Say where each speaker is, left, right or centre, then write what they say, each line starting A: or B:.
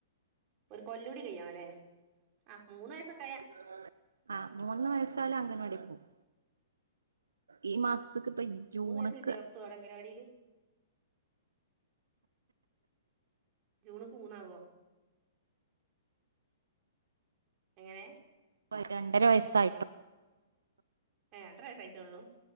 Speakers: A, on the right; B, on the right.
A: ഒരു കൊല്ലൂടി കഴ്യാണലേ ആഹ് മൂന്നു വയസകെ
B: <unintelligible> ആഹ് മൂന്ന് വയസയാൽ അംഗൻവാടി പോവും ഈ മാസ്ത്ക്ക് ഇപ്പ ജൂണക്ക്
A: മൂന്ന് വയസ്സിൽ ചേർതോ അടങ്കരാഡില് ജൂണ്ക്ക് മൂന്നാകോ എങ്ങനെ
B: പ്പോ രണ്ടര വയസ്സായിട്ടോ
A: ഏയ് രണ്ട്ര വയസ്സ് ആയിട്ടോള്ളൂ